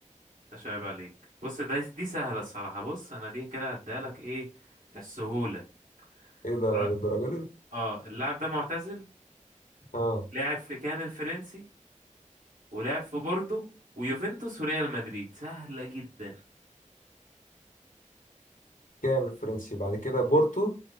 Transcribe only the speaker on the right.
مش عيب عليك بص ده دي سهلة الصراحة بص أنا دي كده هديها لك إيه في السهولة
ر-
اه اللاعب ده معتزل
لاعب في كان الفرنسي ولاعب في بوردو ويوفنتوس وريال مدريد سهلة جدا